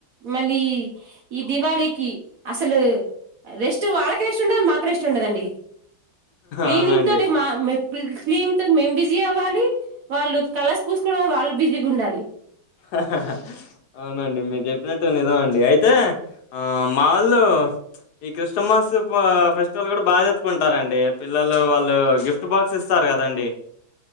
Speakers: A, on the right; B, on the left.
A: మళ్ళీ ఈ దివాళికి అసలు రెస్ట్ వాళ్ళకి రెస్ట్ ఉండదు మాక్ రెస్ట్ ఉండదండి క్లీనింగ్
B: అవునండి.
A: తోటి మా మే ఫిల్స క్లీనింగ్ తో మేం బిజ్ జీ అవ్వాలి వాళ్ళు కలర్ పూసుకోవడంలో వాళ్ళు బిజీగా ఉండాలి
B: అహాఆహా అవునండి మీర్ చెప్ నేట్టు నిజం అండి అయితే ఆ మా ఒళ్ళు ఈ క్రిష్ స్మస్ ప ఫెస్టివల్ కూడా బా జరుపుకుంటారండి పిల్లలలు వాళ్ళు గిఫ్ట్ బాక్స్ ఇస్తారు కదండి